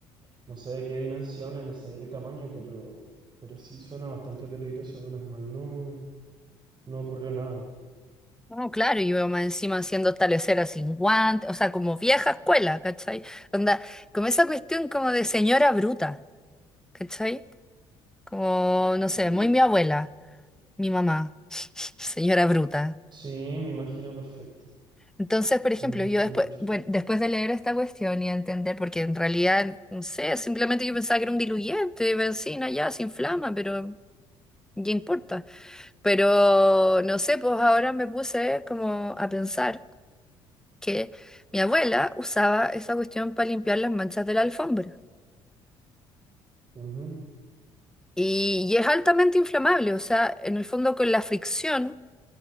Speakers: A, on the right; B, in the centre.
A: No sé de qué dimensiones, no sé de qué tamaño, pero, pero sí suena bastante peligroso, menos mal, no, no ocurrió nada.
B: no, claro, y veo más encima haciendo estaleceras sin guantes, o sea, como vieja escuela, ¿cachai? Onda, como esa cuestión como de señora bruta, ¿cachai? Como, no sé,
A: Mm.
B: muy mi abuela, mi mamá, <laughs> señora bruta.
A: Sí, me imagino perfecto,
B: Entonces, por ejemplo,
A: me imagino
B: yo después,
A: perfecto.
B: bueno, después de leer esta cuestión y entender, porque en realidad, no sé, simplemente yo pensaba que era un diluyente, benzina, ya, se inflama, pero ¿qué importa? Pero, no sé, pues ahora me puse como a pensar que mi abuela usaba esa cuestión para limpiar las manchas de la alfombra.
A: Ujú.
B: Y, y es altamente inflamable, o sea, en el fondo con la fricción.